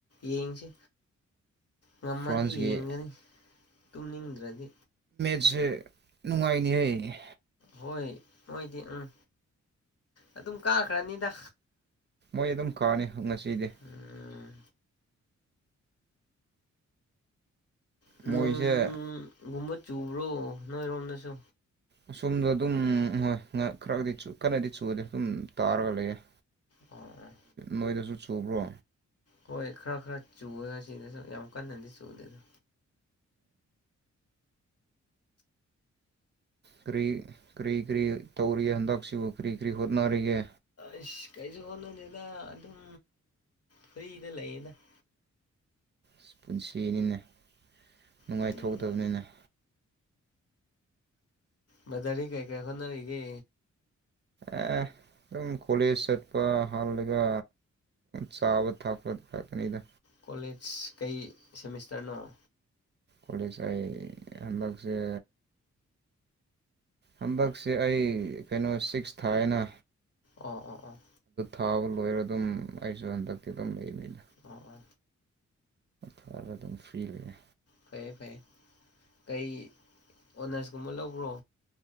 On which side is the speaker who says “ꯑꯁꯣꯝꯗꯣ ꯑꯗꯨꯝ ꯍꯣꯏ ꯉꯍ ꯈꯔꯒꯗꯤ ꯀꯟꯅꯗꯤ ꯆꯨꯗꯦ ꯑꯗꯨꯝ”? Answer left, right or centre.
Right